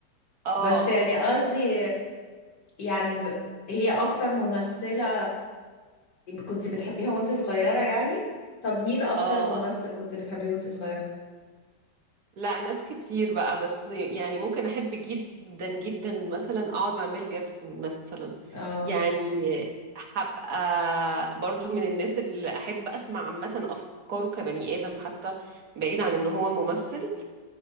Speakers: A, on the right; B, on the left.
A: اه
B: بس يعني قصدي يعني م- هي اكتر ممثلة كنت بتحبيها وانت صغيرة يعني طب مين اكتر
A: اه
B: ممثل كنت بتحبيه وانت صغيرة
A: لا ناس كتير بقى بس يعني ممكن احب جدا جدا مثلا اقعد مع ميل جيبسون مثلا
B: اه
A: يعني هبقى برضو من الناس اللي احب اسمع عامه افكاره كبني ادم حتى بعيد عن ان هو ممثل